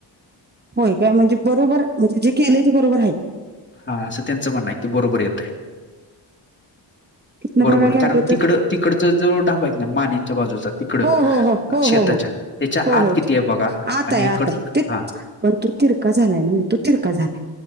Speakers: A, on the right; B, on the left.
A: होय काय म्हणजे बरोबर म्हणजे जे केलेय ते बरोबर हाय.
B: हा असं त्यांचं म्हणणं आहे की बरोबर येतंय.
A: तिथनं
B: बरोबर
A: बघायला
B: कारण
A: लागलो तर
B: तिकड तिकडचं जो डांब हाय की नाय मानेंच्या बाजूचा तिकड
A: हो, हो, हो, हो,
B: शेताच्या
A: हो, हो,
B: त्याच्या
A: हो,
B: आत
A: हो.
B: किती आहे बघा
A: आत
B: आणि
A: आहे,
B: इकड
A: आत आहे. ते
B: हा
A: पण तू तिरका झालाय न तू िरका झालाय